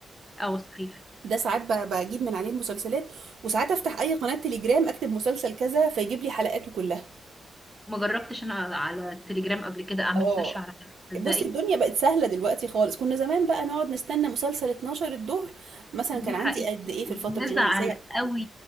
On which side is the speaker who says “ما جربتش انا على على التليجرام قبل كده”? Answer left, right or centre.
Centre